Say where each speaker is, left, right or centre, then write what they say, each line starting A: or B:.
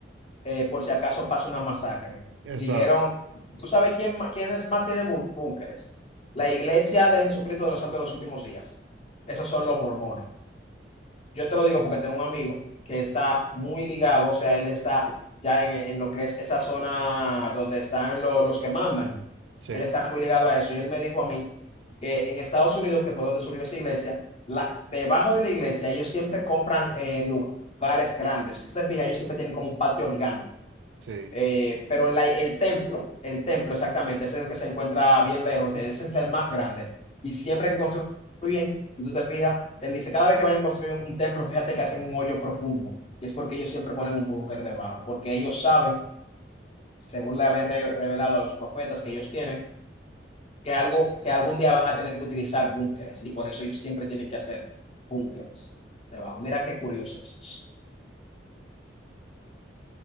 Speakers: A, on the left; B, on the right.
A: eh, por si acaso pasa una masacre.
B: Exacto,
A: Dijeron, ¿tú sabes quién, ma- quiénes más tienen bú- búnkeres? La Iglesia de Jesucristo de los Santos de los Últimos Días. Esos son los mormones. Yo te lo digo porque tengo un amigo que está muy ligado, o sea, él está ya en, en lo que es esa zona donde están lo- los que mandan.
B: sí,
A: Él está muy ligado a eso y él me dijo a mí que en Estados Unidos, que fue donde surgió esa iglesia, la- debajo de la iglesia ellos siempre compran eh, lugares grandes. Si tú te fijas, ellos siempre tienen como un patio gigante.
B: sí.
A: Eh, pero la- el templo, el templo exactamente, ese es el que se encuentra bien lejos, ese es el más grande. Y siempre que construyen, y tú te fijas, él dice, cada vez que vayan a construir un, un templo, fíjate que hacen un hoyo profundo. Y es porque ellos siempre ponen un búnker debajo, porque ellos saben, según le habían re- revelado a los profetas que ellos tienen, que algo, que algún día van a tener que utilizar búnkeres. Y por eso ellos siempre tienen que hacer búnkeres debajo. Mira qué curioso es eso.